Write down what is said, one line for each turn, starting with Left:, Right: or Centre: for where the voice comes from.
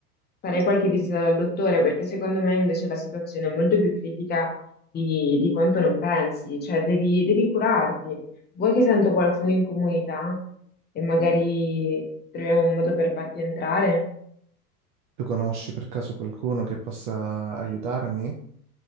Left: Farei qualche visita dal dottore perché secondo me invece la situazione è molto più critica di, di quanto non pensi, cioè devi, devi curarti. Vuoi che sento qualcuno in comunità e magari troviamo un modo per farti entrare?
Right: Tu conosci per caso qualcuno che possa aiutarmi?